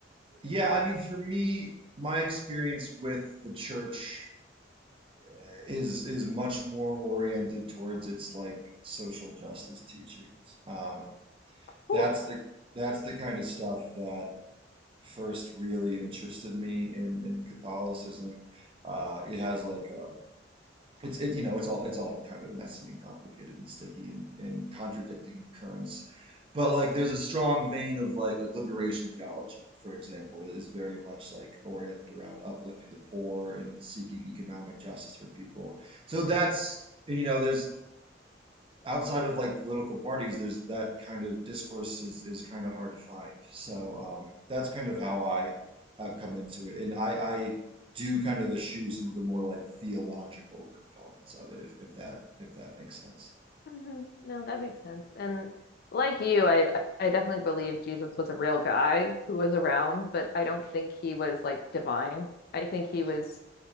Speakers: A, on the right; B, on the left.
A: yeah, I mean, for me, my experience with the church uh, is is much more oriented towards its like social justice teachings. Um,
B: Cool.
A: that's the that's the kind of stuff that first really interested me in in Catholicism. Uh, it has like um, it's it you know it's all it's all kind of messy and complicated and sticky and, and contradicting currents but like there's a strong vein of like like liberation theology for example is very much like oriented around uplifting the poor and seeking economic justice for people so that's and you know there's outside of like political parties, there's that kind of discourse is is kind of hard to find. So um, that's kind of how I have come into it, and I I do kind of eschew some of the more like theological components of it, if if that if that makes sense.
B: hmm No, that makes sense. And like you, I I definitely believe Jesus was a real guy who was around, but I don't think he was like divine. I think he
A: Yeah.
B: was